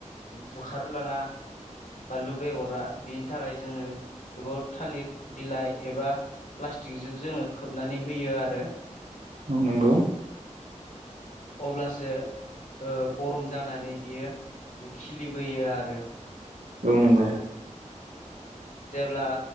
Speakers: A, on the left; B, on the right.
A: बुखारलाङा। बानलु बेगरा बिनि थाखाय जोङो बेखौ थालिर बिलाइ एबा। प्लास्टिकजों जोङो खोबनानै होयो आरो।
B: औ नांगौ।
A: अब्लासो गरम जानानै बियो खिलिबोयो आरो
B: औ नंगौ
A: जेब्ला